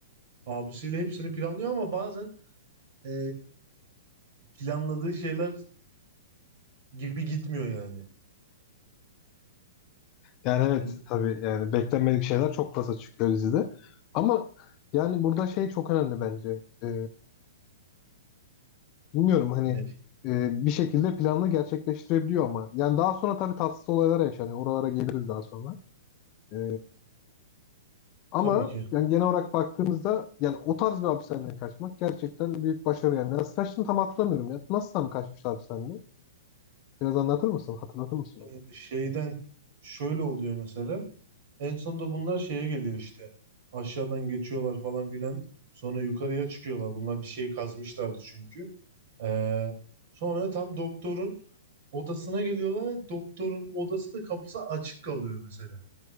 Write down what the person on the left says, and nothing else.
Yani evet
tabii yani beklenmedik şeyler çok fazla çıkıyor dizide. Ama yani burada şey çok önemli bence. Ee, bilmiyorum hani
e, bir şekilde planını gerçekleştirebiliyor ama. Yani daha sonra tabii tatsız olaylar yaşanıyor. Oralara geliriz daha sonra. Ee, ama
yani genel olarak baktığımızda yani o tarz bir hapishaneden kaçmak gerçekten büyük başarı yani. Nasıl kaçtığını tam hatırlamıyorum ya. Nasıl tam kaçmıştı hapishaneden? Biraz anlatır mısın? Hatırlatır mısın?